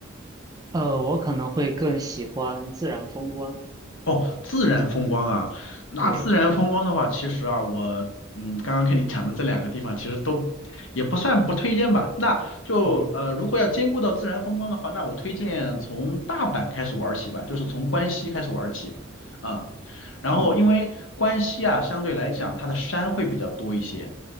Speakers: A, on the right (about 20°); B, on the left (about 75°).
A: 呃，我可能会更喜欢自然风光。
B: 哦，自然风光啊，那自然风光的话，
A: 对，
B: 其实啊，我嗯刚刚跟你讲的这两个地方其实都也不算不推荐吧。那就呃如果要兼顾到自然风光的话，
A: 嗯
B: 那我推荐从大阪开始玩起吧，就是从关西开始玩起。啊。然后因为关西啊，
A: 嗯
B: 相对来讲它的山会比较多一些，